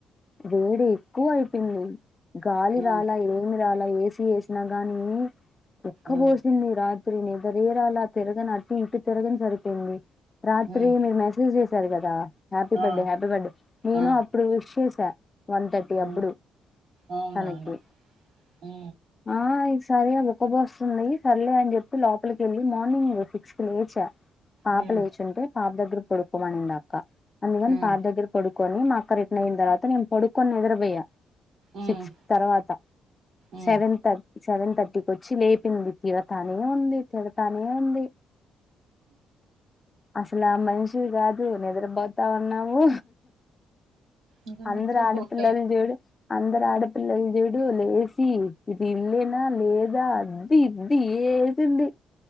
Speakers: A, on the left; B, on the right.
A: వేడి ఎక్కువ అయిపో చెప్పింది గాలి
B: ఆ
A: రాలే ఏమి రాలే ఏసీ వేసినా గాని ఉక్కు
B: ఆ
A: పోసింది రాత్రి నిద్ర రాలే తిరగని అటు ఇటు తిరగని సరిపోయింది రాత్రి
B: ఉమ్
A: మీరు మెసేజ్ చేసారు కదా హ్యాపీ
B: ఆ
A: బర్డే హ్యాపీ బర్త్డే నేను
B: ఆ
A: అప్పుడు చూ చూసా వన్ థర్టీ
B: ఆ
A: అప్పుడు
B: అవునవును
A: తనకి
B: హు
A: ఆ సరే ఇగ ఉక్కపొస్తుంది సర్లే అని చెప్పి లోపలికి వెళ్లి మార్నింగ్ సిక్స్ కి లేచా పాప
B: ఉమ్
A: లేచుంటే పాప దగ్గర పడుకోమనింది అక్క అందుకని
B: ఉమ్
A: పాప దగ్గర పడు కొని మా అక్క రిట్న్ అయిన తర్వాత నేను పడుకొని నిద్రపోయా
B: ఉమ్
A: సిక్స్ తర్వాత
B: ఉమ్
A: సెవెన్ థర్ సెవెన్ థర్టీకి వచ్చి లేపింది తిడతానే ఉంది తిడతానే ఉంది అసలు ఆ మనిషివి కాదు నిద్రపోతా ఉన్నావు
B: ఇంక
A: అందరు
B: నిద్రపోక
A: ఆడపిల్లలు చూడు అందరు ఆడపి పిల్లలు చూడు లేసి ఇది ఇల్లేనా లేదా అది ఇది వేసింది